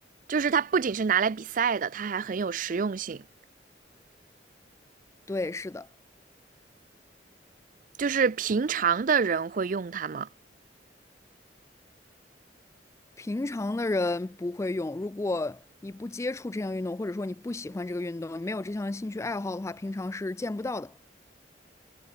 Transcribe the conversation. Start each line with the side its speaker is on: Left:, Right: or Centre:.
Right: 就是它不仅是拿来比赛的，它还很有实用性。
Left: 对，是的，
Right: 就是平常的人会用它吗？
Left: 平常的人不会用。如果你不接触这项运动，或者说你不喜欢这个运动，你没有这项兴趣爱好的话，平常是见不到的。